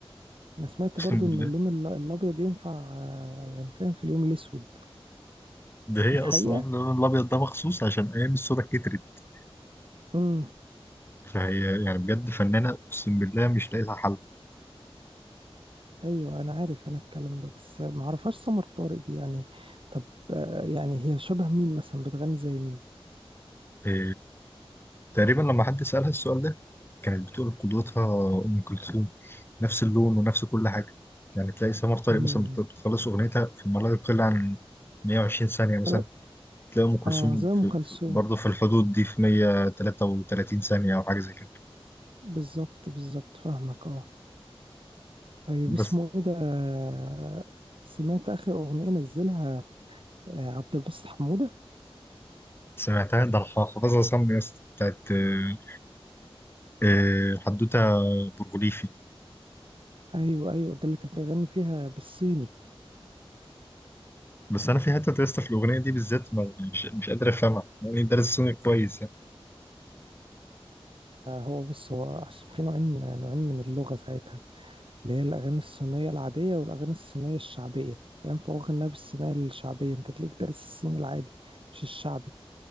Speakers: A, on the right; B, on the left.
A: انا سمعت
B: اقسم
A: برضو
B: بالله
A: ان اللون ال- الابيض ينفع آه، يعني فاهم في اليوم الاسود
B: ده هي
A: دي
B: اصلا
A: حقيقة
B: عامله اللون الابيض ده مخصوص عشان ايام الصودا كترت
A: امم
B: فهي يعني بجد فنانه اقسم بالله مش لاقي لها حل
A: ايوه انا عارف انا الكلام ده بس ما اعرفهاش سمر طارق دي يعني طب آه، يعني هي شبه مين مثلا بتغني زي مين
B: إيه تقريبا لما حد سالها السؤال ده كانت بتقول قدوتها ام كلثوم نفس اللون ونفس كل حاجه يعني تلاقي سمر طارق
A: امم
B: مثلا بت- بتخلص اغنيتها في ما لا يقل عن 120 ثانيه مثلا
A: لا،
B: تلاقي ام كلثوم
A: اه زي
B: في
A: ام كلثوم
B: في برضه في الحدود دي في 133 ثانيه او حاجه زي كده
A: بالظبط بالظبط فاهمك اه طيب
B: بس
A: اسمه ايه ده آه، سمعت اخر اغنية نزلها آه، عبد الباسط حمودة
B: سمعتها ده الحاخة بس أصمم يا اسطى بتاعت آه، آه، حدوتة برغوليفي
A: ايوه ايوه ده اللي كان بيغني فيها بالصيني
B: بس أنا في حتة يا اسطى في الأغنية دي بالذات ما- مش مش قادر أفهمها يعني دارس سوني كويس يعني
A: آه، هو بص هو عشان في نوعين نوعين من اللغة ساعتها اللي هي الأغاني الصينية العادية والأغاني الصينية الشعبية فاهم فهو غناها بالصينية الشعبية أنت تلاقيك دارس الصيني العادي مش الشعبي